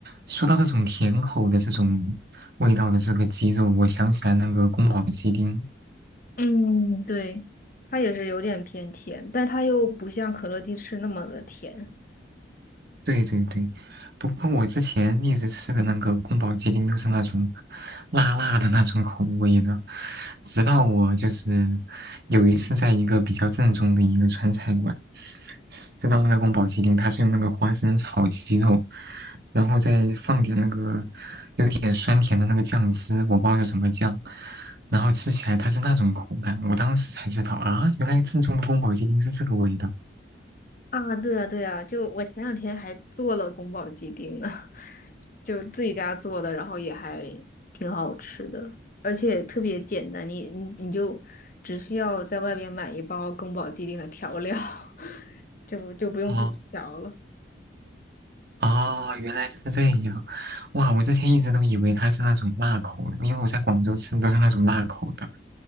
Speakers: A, on the right; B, on the left.
A: 说到这种甜口的这种味道的这个鸡肉，我想起来那个宫保鸡丁，
B: 嗯，对，它也是有点偏甜，但它又不像可乐鸡翅那么的甜。
A: 对对对，不过我之前一直吃的那个宫保鸡丁都是那种辣辣的那种口味的，直到我就是有一次在一个比较正宗的一个川菜馆吃到那个宫保鸡丁，它是用那个花生炒鸡肉，然后再放点那个有点酸甜的那个酱汁，我不知道是什么酱，然后吃起来它是那种口感，我当时才知道啊，原来正宗的宫保鸡丁是这个味道。
B: 啊，对啊，对啊，就我前两天还做了宫保鸡丁呢，<laughs> 就自己家做的，然后也还挺好吃的，而且特别简单，你你你就只需要在外边买一包宫保鸡丁的调料，<laughs> 就就不用自己调了。
A: 哦，哦，原来是这样，哇！我之前一直都以为它是那种辣口的，因为我在广州吃的都是那种辣口的。